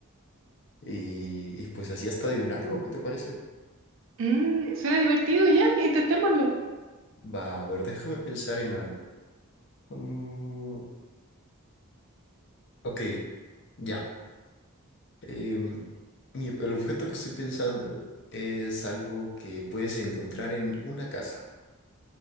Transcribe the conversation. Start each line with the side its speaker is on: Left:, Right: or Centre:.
Left: y, y pues así hasta adivinarlo, ¿qué te parece?
Right: Mm, suena divertido ya, intentémoslo.
Left: Va, a ver, déjame pensar en algo. Mm, ok, ya. Em, mi- el objeto que estoy pensando es algo que puedes encontrar en una casa.